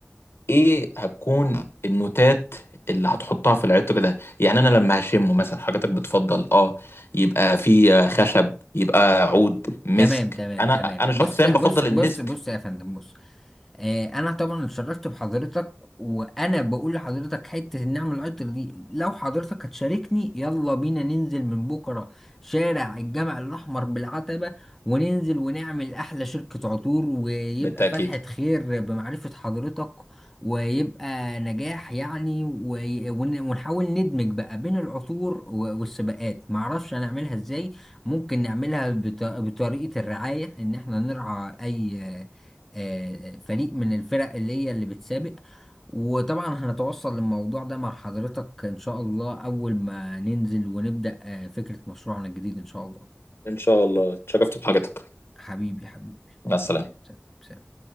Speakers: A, on the left (about 60°); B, in the centre.
A: ايه هتكون النوتات اللي هتحطها في العطر ده يعني انا لما هشمه مثلا حضرتك بتفضل اه يبقى فيه خشب يبقى عود مسك
B: تمام تمام
A: انا
B: تمام
A: انا شخصيا
B: بص بص
A: بفضل
B: بص
A: المسك
B: بص يا فندم بص آه، انا طبعا اتشرفت بحضرتك وانا بقول لحضرتك حته النعمه العطر دي لو حضرتك هتشاركني يلا بينا ننزل من بكره شارع الجامع الاحمر بالعتبه وننزل ونعمل احلى شركه عطور ويبقى
A: بالتاكيد
B: فتحه خير بمعرفه حضرتك ويبقى نجاح يعني وي- ون- ونحاول ندمج بقى بين العطور و- والسباقات معرفش هنعملها ازاي ممكن نعملها بط- بطريقه الرعايه ان احنا نرعى اي آه، فريق من الفرق اللي هي اللي بتسابق وطبعا هنتوصل للموضوع ده مع حضرتك إن شاء الله أول ما ننزل ونبدأ آه، فكرة مشروعنا الجديد إن شاء الله
A: ان شاء الله اتشرفت بحضرتك
B: حبيبي حبيبي
A: مع السلامه
B: سلام سلام